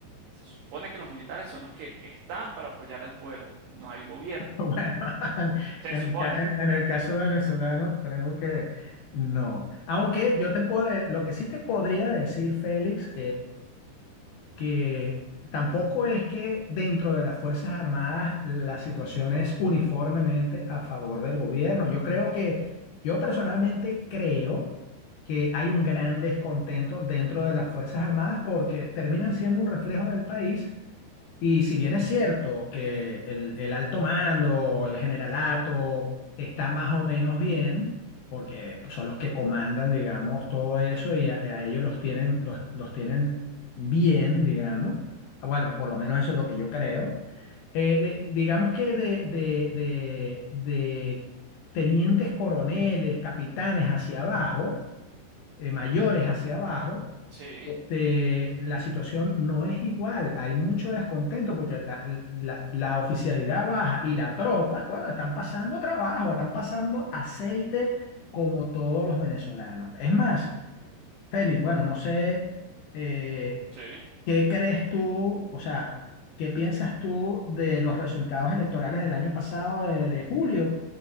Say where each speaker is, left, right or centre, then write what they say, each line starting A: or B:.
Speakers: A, on the right; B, on the left.
A: se supone que los militares son los que están para apoyar al pueblo, no al gobierno.
B: Bueno, <laughs> en,
A: Se
B: el
A: supone.
B: ca- en- en el caso venezolano, creo que no. Aunque yo te puedo, de- lo que sí te podría decir, Félix, que tampoco es que dentro de las Fuerzas Armadas la situación es uniformemente a favor del gobierno. Yo creo que, yo personalmente creo que hay un gran descontento dentro de las Fuerzas Armadas porque terminan siendo un reflejo del país y si bien es cierto que el, el alto mando, el generalato, está más o menos bien, porque pues, son los que comandan, digamos, todo eso y a, a ellos los tienen, los, los tienen bien, digamos. Bueno, por lo menos eso es lo que yo creo. Eh, de- digamos que de, de, de, de tenientes coroneles, capitanes hacia abajo, eh, mayores hacia abajo
A: Sí.
B: este, la situación no es igual. Hay mucho descontento porque la, la- la oficialidad baja y la tropa, bueno, están pasando trabajo, están pasando aceite como todos los venezolanos. Es más, Félix, bueno, no sé eh,
A: Sí.
B: qué crees tú, o sea, qué piensas tú de los resultados electorales del año pasado, de, de julio,